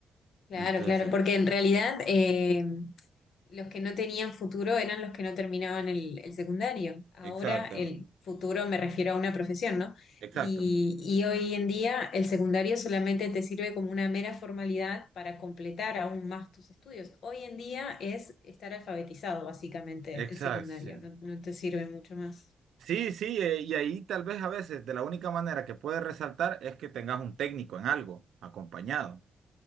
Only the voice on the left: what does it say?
Claro,
claro, porque en realidad eh, los que no tenían futuro eran los que no terminaban el, el secundario. Ahora
el futuro me refiero a una profesión, ¿no?
Y, y hoy en día el secundario solamente te sirve como una mera formalidad para completar aún más tus estudios. Hoy en día es estar alfabetizado, básicamente,
el secundario, no, no te sirve mucho más.